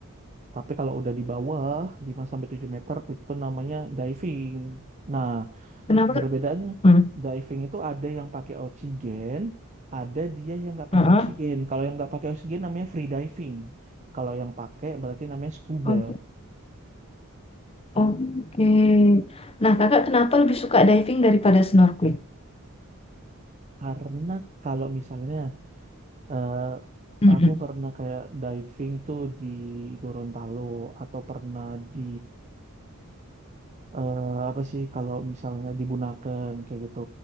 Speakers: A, on the right; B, on the left.
A: Tapi kalau udah di bawah 5 sampai 7 meter itu namanya diving. Nah,
B: Kenapa?
A: berbedanya
B: Hmm.
A: diving itu ada yang pakai oksigen, ada dia yang nggak
B: Heeh.
A: pakai oksigen. Kalau yang nggak pakai oksigen namanya free diving. Kalau yang pakai berarti namanya scuba.
B: Oh, Oke. Nah, kakak kenapa lebih suka diving daripada snorkeling?
A: Karena kalau misalnya Eh,
B: Mm-mm.
A: aku pernah kayak diving tuh di Gorontalo atau pernah di eh, apa sih kalau misalnya di Bunaken kayak gitu.